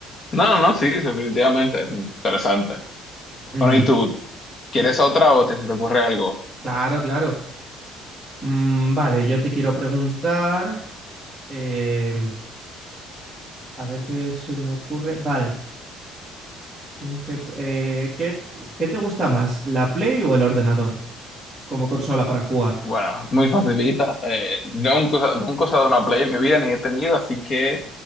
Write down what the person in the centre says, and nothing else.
Ujú.
Claro, claro. Mm, vale, yo te quiero preguntar, eh, A ver qué se me ocurre. Vale. mm, ¿Qué, eh, qué- qué te gusta más, la Play o el ordenador como consola para jugar?